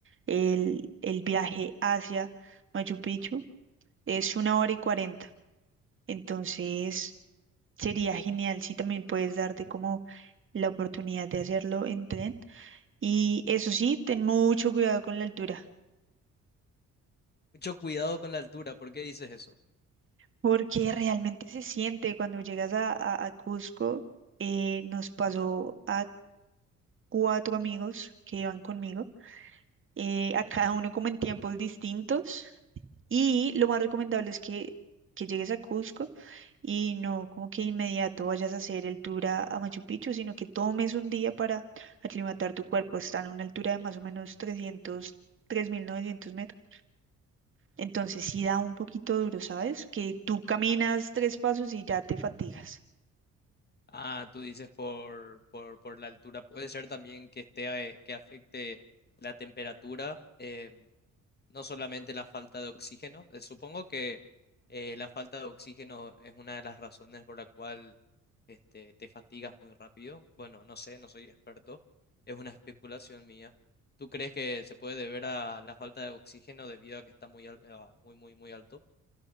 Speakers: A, on the right (about 40°); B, on the left (about 35°).
A: El, el viaje hacia Machu Picchu es una hora y cuarenta. Entonces, sería genial si también puedes darte como la oportunidad de hacerlo en tren. Y eso sí, ten mucho cuidado con la altura,
B: Mucho cuidado con la altura, ¿por qué dices eso?
A: porque realmente se siente cuando llegas a, a- a Cusco. eh, nos pasó a cuatro amigos que iban conmigo eh, a cada uno como en tiempos distintos. Y lo más recomendable es que, que llegues a Cusco y no como que inmediato vayas a hacer el tour a, a Machu Picchu, sino que tomes un día para aclimatar tu cuerpo. Está a una altura de más o menos trescientos tres mil novecientos metros. Entonces sí da un poquito duro, ¿sabes? Que tú caminas tres pasos y ya te fatigas.
B: Ah, tú dices por, por, por la altura. Puede ser también que esté, eh, que afecte la temperatura, eh, no solamente la falta de oxígeno. Eh, supongo que eh, la falta de oxígeno es una de las razones por la cual este, te fatigas muy rápido. Bueno, no sé, no soy experto. Es una <laughs> especulación mía. ¿Tú crees que se puede deber a la falta de oxígeno debido a que está muy, al- eh, muy, muy, muy alto?